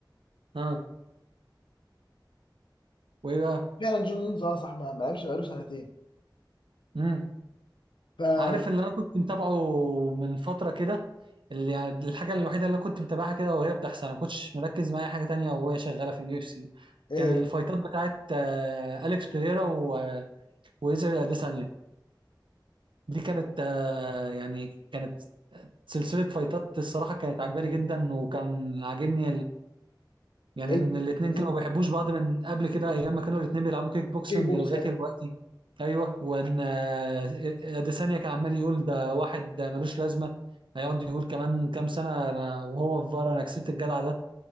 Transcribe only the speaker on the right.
ها وايه بقى
امم
عارف اللي انا كنت متابعه من فتره كده اللي يعني الحاجه الوحيده اللي أنا كنت متابعها كده وهي بتحصل انا ما كنتش مركز مع اي حاجه تانية وهي شغاله في اليو اف سي
كان الفايتات بتاعت آه، اليكس بيريرا و- وإيزرايل اديسانيا دي كانت آه، يعني كانت سلسله فايتات الصراحه كانت عجباني جدا وكان عاجبني يعني
ان الاتنين
كانوا ما بيحبوش بعض من قبل كده ايام ما كانوا الاتنين بيلعبوا كيك بوكسنج
لغايه
دلوقتي ايوه وان آه، اديسانيا كان عمال يقول ده واحد ده ملوش لازمه هيقعد يقول كمان كام سنه أنا وهو في فار انا كسبت الجدع ده